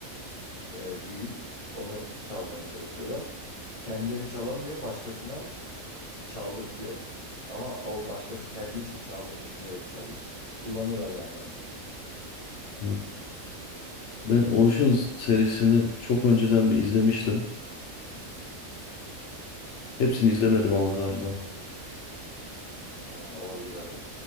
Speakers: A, on the left; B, on the left.
A: Ee, büyük. Onu çalmaya çalışıyorlar. Kendileri çalamıyor başkasına. Çaldırtıyorlar. Ama o başkası kendi için çaldığını düşünerek çalıyor. Kullanıyorlar yani onu.
B: Evet. Ben Oceans serisini çok önceden bir izlemiştim. Hepsini izlemedim ama galiba.
A: Ha, olabilir abi.